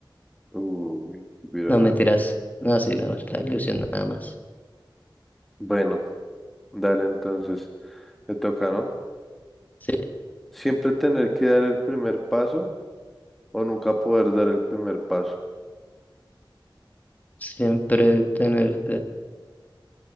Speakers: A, in the centre; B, on the left.
A: Uy, qué piro.
B: No, mentiras. No, sí, no, la ilusión nada más.
A: Bueno, dale entonces, me toca, ¿no?
B: Sí,
A: Siempre tener que dar el primer paso o nunca poder dar el primer paso.
B: siempre tener...